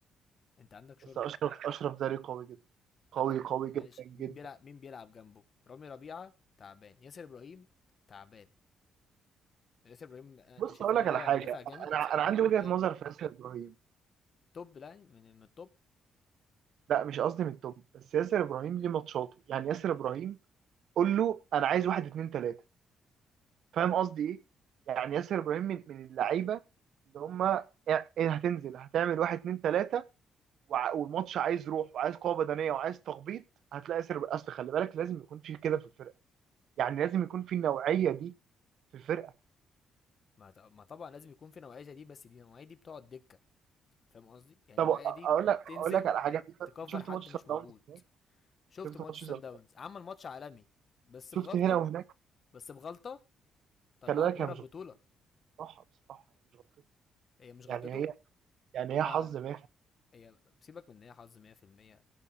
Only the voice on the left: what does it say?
انت عندك شوربه
عندك
ماشي
مين بيلعب مين بيلعب جنبه رامي ربيعه تعبان ياسر ابراهيم تعبان ياسر ابراهيم آه، انت
شايف
ان
هو
مدافع جامد
توب
يعني
توب لا يعني من من التوب
ما ط- ما طبعا لازم يكون في نوعيه زي دي بس دي النوعيه دي بتقعد دكه فاهم قصدي يعني
النوعيه
دي
تنزل
تكفر
حد
مش
موجود
شفت
ماتش
سان
داونز
عمل ماتش عالمي بس
بغلطه
بس بغلطه طلعك
بره
البطوله
هي مش غلطته
هما
هي سيبك من ان هي حظ 100%